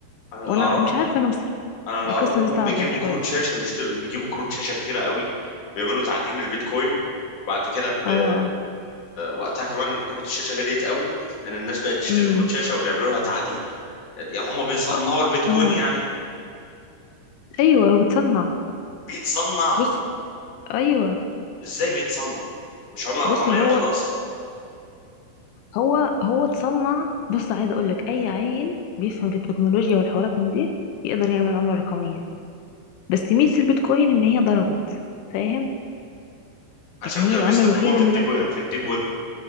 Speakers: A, on the left (about 50°); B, on the left (about 80°).
A: انا اللي
B: وانا
A: اعرف
B: مش عارفة انا بصراحة
A: انا اللي
B: القصة
A: اعرفه انهم
B: دي صعبة
A: بيجيبوا
B: شوية
A: كروت شاشه بيشتروا بيجيبوا كروت شاشه كتيره قوي بيعملوا تعدين البيتكوين بعد كده ب...
B: اه اه
A: وقتها كمان كروت الشاشه غليت قوي لان الناس بقت تشتري
B: امم
A: كروت شاشه وبيعملوا لها تعدين يعني هم بيصنعوا
B: اه
A: البيتكوين
B: آه.
A: يعني
B: ايوه هو بتصنع
A: بيتصنع
B: بص ايوه
A: ازاي بيتصنع مش عمله رقميه
B: بص هو
A: وخلاص
B: هو هو اتصنع بص عايزه اقول لك اي عيل بيفهم في التكنولوجيا والحوارات من دي يقدر يعمل عمله رقميه بس ميزه البيتكوين ان هي ضربت فاهم
A: عشان
B: يعني
A: كانوا
B: هي العمله
A: بيستخدموها
B: الوحيده
A: في
B: اللي
A: الديب
B: بقى
A: ويب في الديب ويب